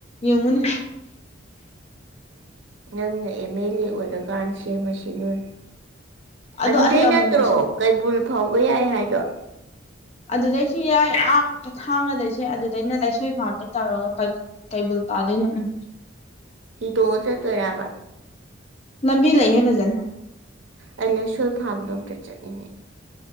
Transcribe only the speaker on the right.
ꯅꯪꯅ ꯑꯦꯝ ꯃꯦ ꯂꯦ ꯑꯣꯏꯔꯀꯥꯟ ꯁꯦꯝꯃꯁꯤꯗꯨꯅ
ꯑꯗꯨꯗꯩ
ꯅꯠꯇ꯭ꯔꯣ ꯀꯩꯕꯨꯜ ꯐꯥꯎꯕ ꯌꯥꯏ ꯍꯥꯏꯗꯣ
ꯍꯤ ꯇꯣꯡꯉ ꯆꯠꯇꯣꯏꯔꯕ
ꯑꯩ ꯂꯁꯣꯏ ꯐꯥꯝꯗꯣ ꯑꯝꯇ ꯆꯠꯅꯤꯡꯉꯤ